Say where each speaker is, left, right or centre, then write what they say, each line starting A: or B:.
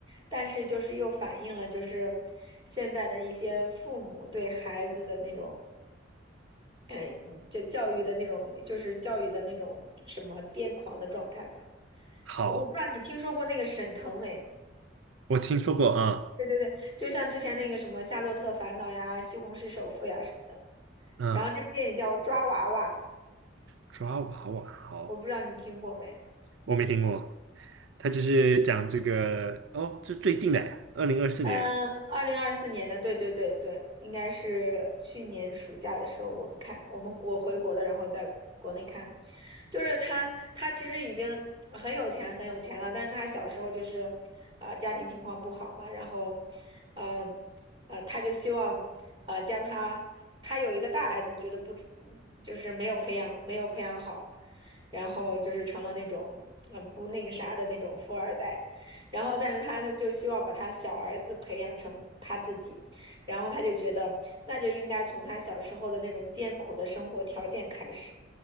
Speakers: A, on the right; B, on the right.
A: 但是就是又反映了就是现在的一些父母对孩子的那种，哎，就教育的那种，就是教育的那种什么癫狂的状态吧。
B: 好，
A: 我不知道你听说过那个沈腾没？
B: 我听说过啊。
A: 对对对，就像之前那个什么《夏洛特烦恼》呀，《西红柿首富》呀什么的。
B: 嗯，
A: 然后这部电影叫《抓娃娃》，
B: 抓娃娃，好，
A: 我不知道你听过没？
B: 我没听过。他就是讲这个，哦，是最近的，二零二四年。
A: 嗯，二零二四年的，对对对对，应该是去年暑假的时候我们看，我们我回国了，然后在国内看，就是他他其实已经很有钱很有钱了，但是他小时候就是啊、呃家庭情况不好嘛，然后嗯呃，呃他就希望呃将他他有一个大儿子，觉得不就是没有培养没有培养好，然后就是成了那种嗯、呃不那个啥的那种富二代。然后，但是他呢就希望把他小儿子培养成他自己，然后他就觉得那就应该从他小时候的那种艰苦的生活条件开始。